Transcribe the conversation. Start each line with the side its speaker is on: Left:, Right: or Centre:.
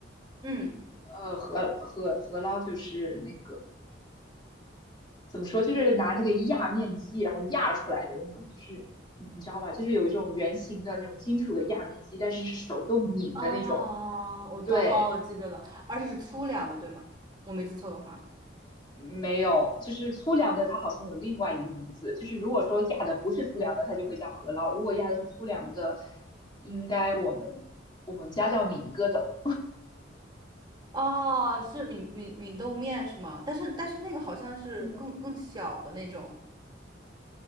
Right: 嗯
Left: 呃，饸饸饸饹就是那怎么说，就是拿那个压面机，然后压出来的那种，就是你知道吧，就是有一种圆形的那种金属的压面机，但是手动拧的那种。
Right: 哦，我懂，
Left: 对，
Right: 哦，我记得了，而且是粗粮的，对吗？我没记错的话，
Left: 没有，就是粗粮的，它好像有另外一个名字，就是如果说压的不是粗粮的，它就会叫饸烙；如果压的是粗粮的，应该我们我们家叫敏疙斗。
Right: 哦，是闽闽闽豆面是吗？但是但是那个好像是更更小的那种，
Left: 嗯